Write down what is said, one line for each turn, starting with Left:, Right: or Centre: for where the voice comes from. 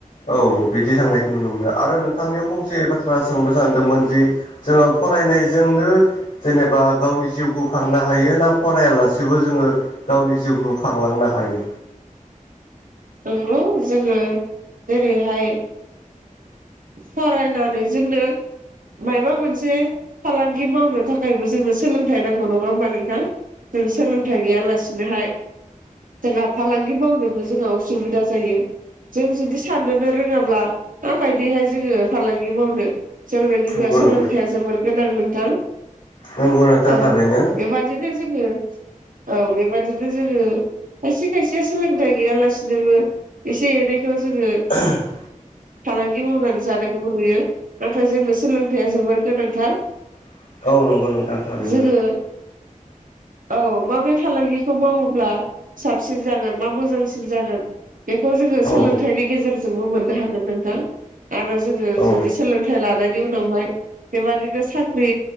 Left: औ बिदि थांनायखौ नुनो मोनो आरो नोंथांनियाव फंसे बाथ्रा सोंनो सानदोंमोन? जे जोङो फरायनायजोंनो जेनेबा गावनि जिउखौ खांनो हायो ना फरायालासेबो जोङो गावनि जिउखौ खांलांनो हायो?
Right: नंगौ जोङो जेरैहाय फरायनानै जोंनो माबा मोनसे फालांगि मावनो थाखायबो जोंनो सोलोंथाइ नांगौ नङा होमबा नोंथां? जों सोलोंथाइ गैयालासिनोहाय जोंहा फालांगि मावनोबो जों <unintelligible> उसुबिदा जायो। जों जुदि साननोनो रोङाब्ला माबायदिहाय जोङो फालांगि मावनो जोंनो गिबियाव
Left: नंगौ
Right: सोलोंथाइया
Left: नोंथां
Right: जोबोर गोनां नोंथां
Left: नंगौ नोंथां
Right: औ
Left: थारैनो
Right: बेबादिनो जोङो औ बेबादिनो जोङो खायसे खायसेया सोलोंथाइ गैयालासेनो बिदिनोबो एसे एनैखौ जोङो
Left: <inaudible>
Right: फालांगि मावनानै जानायखौबो नुयो नाथाय जोंनो सोलोंथाइया जोबोर गोनांथार
Left: <unintelligible> नोंथां थारैनो
Right: जोङो औ माबे फालांगिखौ मावोब्ला साबसिन जागोन मा मोजांसिन जागोन बेखौ जोङो
Left: औ
Right: सोलोंथाइनि गेजेरजोंबो मोननो हागोन नोंथां आरो जोङो
Left: औ
Right: जुदि सोलोंथाइ लानायनि उनावहाय बेबादिनो साख्रि